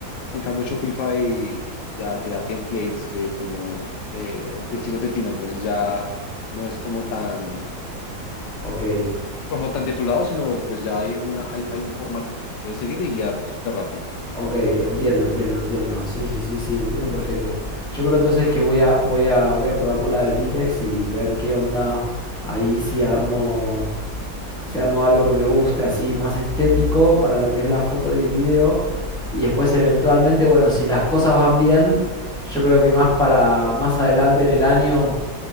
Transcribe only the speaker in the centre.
Ok.
Ok, entiendo, entiendo, entiendo. Sí, sí, sí, sí, entiendo perfecto. Yo creo entonces que voy a, voy a, voy a probar por la de Vitex y ver qué onda ahí si armo, si armo algo que me guste, así más estético para lo que es la foto y el video. Y después eventualmente, bueno, si las cosas van bien, yo creo que más para más adelante en el año